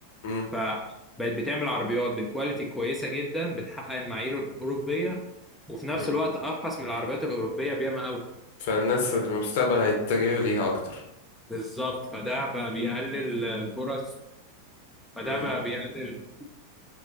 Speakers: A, on the left; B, in the centre.
A: مم.
B: فبقت بتعمل عربيات بالكواليتي كويسة جدا بتحقق المعايير الأوروبية وفي نفس
A: مم.
B: الوقت أرخص من العربيات الأوروبية بياما قوي
A: فالناس المستقبل هيتجهوا ليها أكتر
B: بالظبط فده بقى بيقلل الفرص فده
A: مم.
B: بقى بيقلل